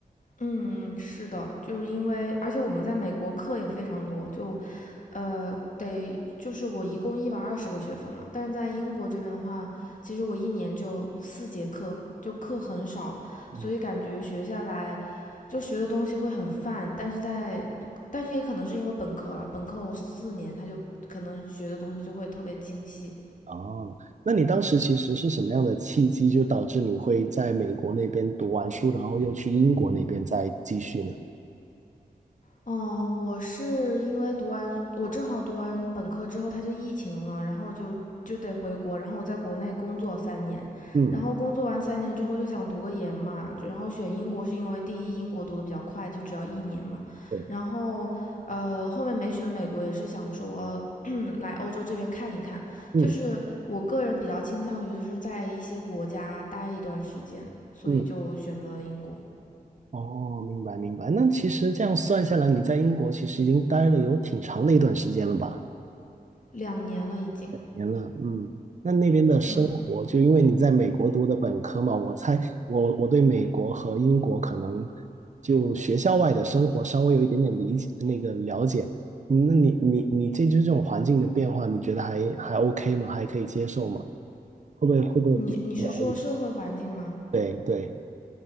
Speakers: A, on the left (about 55°); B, on the right (about 50°).
A: 嗯，是的，就是因为，而且我们在美国课也非常多，就，呃，得就是我一共一百二十个学分嘛，但是在英国这边的话，其实我一年就四节课，就课很少，
B: 嗯。
A: 所以感觉学下来就学的东西会很泛，但是在，但是也可能是因为本科了，本科我四年他就可能学的东西就会特别精细，
B: 哦，那你当时其实是什么样的契机，就导致你会在美国那边读完书，然后又去英国那边再继续呢？
A: 哦，我是因为读完，我正好读完本科之后，他就疫情了，然后就就得回国，然后我在国内工作三年，
B: 嗯，
A: 然后工作完三年之后就想读个研嘛，就然后选英国是因为第一英国读的比较快，就只要一年嘛，
B: 对，
A: 然后呃后面没选美国也是想说，嗯，来欧洲这边看一看，
B: 嗯
A: 就是我个人比较倾向于就是在一些国家待一段时间，所以就选择了英国，
B: 嗯。哦，明白明白。那其实这样算下来，你在英国其实已经待了有挺长的一段时间了吧？
A: 两年了已经，
B: 年了，嗯。那那边的生活，
A: 嗯。
B: 就因为你在美国读的本科嘛，我猜我我对美国和英国可能就学校外的生活稍微有一点点理解，那个了解。嗯那你你你这就是这种环境的变化，你觉得还还 OK 吗？还可以接受吗？会不会会不会比较无聊一点
A: 你你是说社会环境吗？
B: 对对，